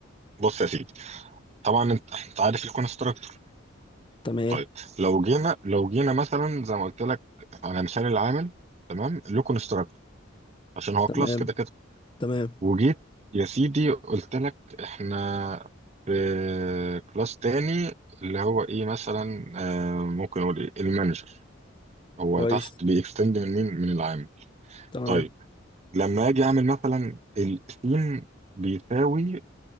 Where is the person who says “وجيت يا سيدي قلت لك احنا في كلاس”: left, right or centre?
Right